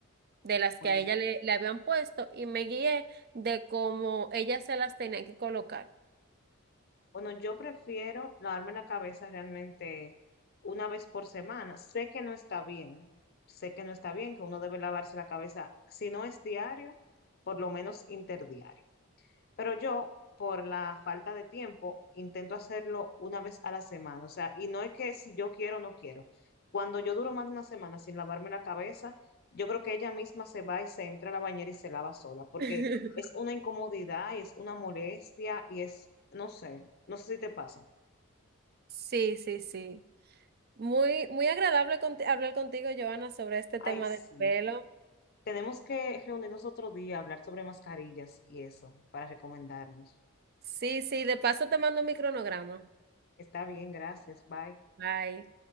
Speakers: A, on the right; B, on the left.
A: de las
B: Bueno,
A: que a ella le, le habían puesto y me guié de cómo ella se las tenía que colocar.
B: bueno, yo prefiero lavarme la cabeza realmente una vez por semana. Sé que no está bien, sé que no está bien, que uno debe lavarse la cabeza, si no es diario, por lo menos interdiario. Pero yo, por la falta de tiempo, intento hacerlo una vez a la semana. O sea, y no es que si yo quiero o no quiero. Cuando yo duro más de una semana sin lavarme la cabeza, yo creo que ella misma se va y se entra a la bañera y se lava sola, porque
A: <laughs>
B: es una incomodidad y es una molestia y es, no sé, no sé si te pasa.
A: Sí, sí, sí. Muy, muy agradable conti- hablar contigo, Joana, sobre este
B: Ay,
A: tema
B: sí.
A: del pelo.
B: Tenemos que reunirnos otro día, hablar sobre mascarillas y eso, para recomendarnos.
A: Sí, sí, de paso te mando mi cronograma.
B: Está bien, gracias, bye.
A: Bye.